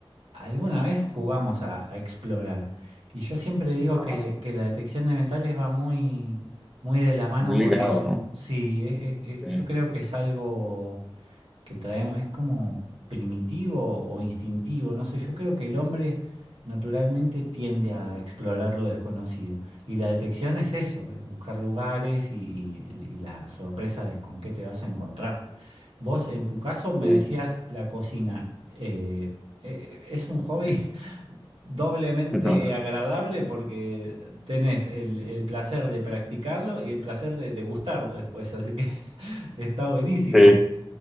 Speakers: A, on the right; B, in the centre.
A: alguna vez jugamos a, a explorar. Y yo siempre digo
B: ajá,
A: que, que la detección de metales va muy, muy de la mano
B: muy ligado,
A: con eso.
B: ¿no?
A: Sí, es- es-
B: Sí.
A: es- yo creo que es algo que traemos, es como primitivo o instintivo, no sé, yo creo que el hombre naturalmente tiende a
B: ¿no?
A: explorar lo desconocido. Y la detección es eso, es buscar lugares y, y- y la sorpresa de con qué te vas a encontrar. Vos en tu caso me
B: Sí.
A: decías la cocina, eh, eh, es un hobby
B: ujú.
A: <laughs> doblemente
B: <laughs>
A: agradable porque tenés el, el placer de practicarlo y el placer de degustarlo después, así que <laughs> está buenísimo.
B: Sí, <laughs>